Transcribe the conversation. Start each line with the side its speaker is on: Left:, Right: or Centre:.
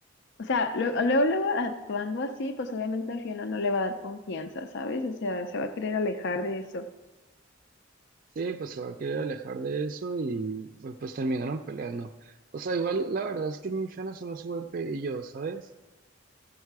Left: o sea, lue- luego, luego actuando así, pues obviamente a Fiona no le va a dar confianza, ¿sabes? O sea, se va a querer alejar de eso.
Right: Sí, pues se va a querer alejar de eso y pues, pues, terminaron peleando. O sea, igual la verdad es que mi infierno no es buen pedillo, ¿sabes?